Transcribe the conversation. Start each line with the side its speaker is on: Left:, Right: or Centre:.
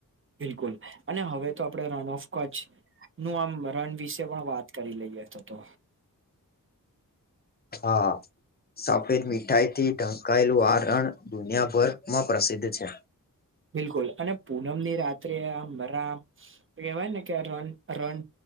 Right: બિલકુલ અને હવે તો આપડે રન ઓફ કચ્છ નું આમ રન વિશે પણ વાત કરી લઈએ તો તો
Left: હા. સફેદ મીઠાઈ થી ઢંકાયેલું આ રણ દુનિયાભર માં પ્રસિદ્ધ છે.
Right: બિલકુલ અને પૂનમની રાત્રે આમ મારા આમ કહેવાય ને કે રણ રન